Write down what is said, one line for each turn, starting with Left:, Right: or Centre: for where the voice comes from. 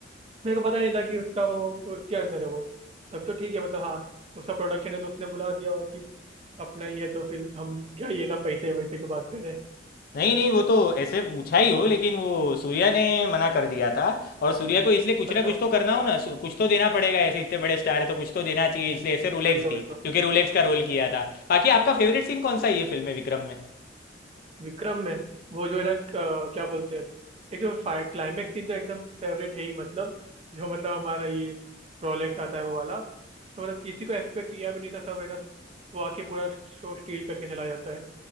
Right: मेरे को पता नहीं था कि उसका वो उसके अंदर है वो तब तो ठीक है मतलब हाँ उसका प्रोडक्शन है तो उसने बुला दिया होगा कि अपना ही है तो फिर हम क्या ये ना पैसे वैसे की बात करें <laughs>
Left: नहीं नहीं वो तो ऐसे पूछा ही हो लेकिन वो सूर्या ने मना कर दिया था और सूर्या को इसलिए कुछ
Right: अच्छा
Left: ना कुछ तो करना हो ना सु- कुछ तो देना पड़ेगा ऐसे इतने बड़े स्टार है तो कुछ तो देना चाहिए इसलिए ऐसे रोलेक्स
Right: वही तो
Left: दी
Right: वही तो
Left: क्योंकि रोलेक्स का रोल किया था बाकी आपका फेवरेट सीन कौन सा है ये फिल्म में विक्रम में
Right: विक्रम में वो जो है ना अ, क्या बोलते हैं एक तो फायर क्लाइमेक्स सीन तो एकदम फेवरेट है ही मतलब जो मतलब हमारा ये रोलेक्स आता है वो वाला तो मतलब किसी को एक्सपेक्ट किया भी नहीं था सब है ना वो आके पूरा शो स्टील करके चला जाता है